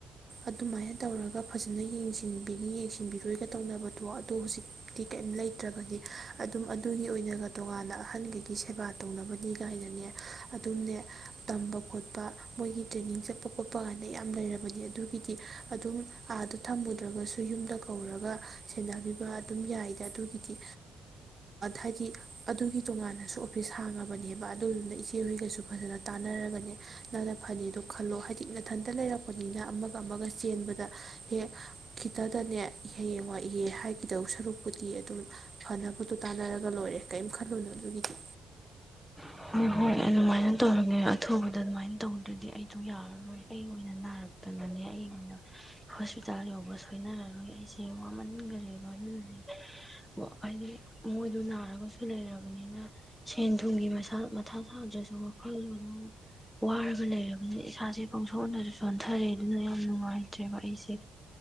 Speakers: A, on the right (about 35°); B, in the centre.
A: ꯑꯗꯨꯃꯥꯏꯅ ꯇꯧꯔꯒ ꯐꯖꯅ ꯌꯦꯡꯁꯤꯟꯕꯤꯅꯤ ꯌꯦꯡꯁꯤꯟꯕꯤꯔꯣꯏꯒ ꯇꯧꯅꯕꯗꯣ ꯑꯗꯨ ꯍꯧꯖꯤꯛꯇꯤ ꯀꯔꯤꯝ ꯂꯩꯇ꯭ꯔꯕꯗꯤ ꯑꯗꯨꯝ ꯑꯗꯨꯒꯤ ꯑꯣꯏꯅꯒ ꯇꯣꯉꯥꯟꯅ ꯑꯍꯟꯒꯒꯤ ꯁꯦꯕꯥ ꯇꯧꯅꯕꯅꯤ ꯀꯥꯏꯅꯅꯦ ꯑꯗꯨꯝꯅꯦ ꯇꯝꯕ ꯈꯣꯠꯄ ꯃꯣꯏꯒꯤ ꯇ꯭ꯔꯦꯅꯤꯡ ꯆꯠꯄ ꯈꯣꯠꯄ ꯀꯥꯏꯗ ꯌꯥꯝ ꯂꯩꯔꯕꯅꯦ ꯑꯗꯨꯒꯤꯗꯤ ꯑꯗꯨꯝ ꯑꯥꯗ ꯊꯝꯃꯨꯗ꯭ꯔꯒꯁꯨ ꯌꯨꯝꯗ ꯀꯧꯔꯒ ꯁꯦꯟꯅꯕꯤꯕ ꯑꯗꯨꯝ ꯌꯥꯏꯗ ꯑꯗꯨꯒꯤꯗꯤ ꯍꯥꯏꯗꯤ ꯑꯗꯨꯒꯤ ꯇꯣꯉꯥꯟꯅꯁꯨ ꯁꯥꯡꯉꯥꯕꯅꯦꯕꯥ ꯑꯗꯨꯗꯨꯅ ꯏꯆꯦꯍꯣꯏꯒꯁꯨ ꯐꯖꯅ ꯇꯥꯟꯅꯔꯒꯅꯦ ꯅꯪꯅ ꯐꯅꯤꯗꯣ ꯈꯜꯂꯣ ꯍꯥꯏꯗꯤ ꯅꯥꯊꯟꯇ ꯂꯩꯔꯛꯄꯅꯤꯅ ꯑꯃꯒ- ꯑꯃꯒ ꯆꯦꯟꯕꯗ ꯍꯦꯛ ꯈꯤꯇꯗꯅꯦ ꯍꯌꯦꯡ ꯋꯥꯏ ꯏꯍꯦ ꯍꯥꯏꯈꯤꯗꯧ ꯁꯔꯨꯛꯄꯨꯗꯤ ꯑꯗꯨꯝ ꯐꯅꯕꯗꯣ ꯇꯥꯟꯅꯔꯒ ꯂꯣꯏꯔꯦ ꯀꯔꯤꯝ ꯈꯜꯂꯨꯅꯣ ꯑꯗꯨꯒꯤꯗꯤ꯫
B: ꯍꯣꯏ - ꯍꯣꯏ ꯑꯗꯨꯃꯥꯏꯅ ꯇꯧꯔꯒꯅꯦ ꯑꯊꯨꯕꯗ ꯑꯗꯨꯃꯥꯏꯅ ꯇꯧꯗ꯭ꯔꯗꯤ ꯑꯩꯗꯣ ꯌꯥꯔꯔꯣꯏ ꯑꯩ ꯑꯣꯏꯅ ꯅꯥꯔꯛꯇꯅꯅꯦ ꯑꯩ ꯑꯣꯏꯅ ꯍꯣꯁꯄꯤꯇꯥꯜ ꯌꯧꯕ ꯁꯣꯏꯅꯔꯥꯔꯣꯏ ꯑꯩꯁꯦ ꯋꯥꯃꯟꯒꯔꯦꯕ ꯑꯗꯨꯅꯅꯦ ꯀꯣ ꯍꯥꯏꯗꯤ ꯃꯣꯏꯗꯣ ꯅꯥꯔꯒꯁꯨ ꯂꯩꯔꯕꯅꯤꯅ ꯁꯦꯟ ꯊꯨꯝꯒꯤ ꯃꯁꯥ ꯃꯊꯥ ꯁꯥꯗ꯭ꯔꯁꯨ ꯋꯥꯈꯜꯗꯣ ꯑꯗꯨꯝ ꯋꯥꯔꯒ ꯂꯩꯔꯕꯅꯤꯅ ꯏꯁꯥꯁꯦ ꯄꯪꯁꯣꯟꯗꯁꯨ ꯁꯣꯟꯊꯔꯦ ꯑꯗꯨꯅ ꯌꯥꯝ ꯅꯨꯡꯉꯥꯏꯇ꯭ꯔꯦꯕ ꯑꯩꯁꯦ